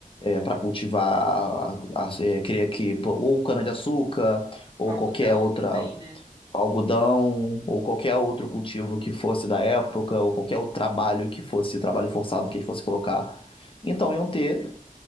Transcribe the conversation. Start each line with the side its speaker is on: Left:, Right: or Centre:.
Left: para cultivar, a- a- é, queria que pô, ou cana-de-açúcar ou
Right: algodão
Left: qualquer outra
Right: também, né?
Left: algodão ou qualquer outro cultivo que fosse da época, ou qualquer outro trabalho que fosse trabalho forçado que eles fossem colocar. Então iam ter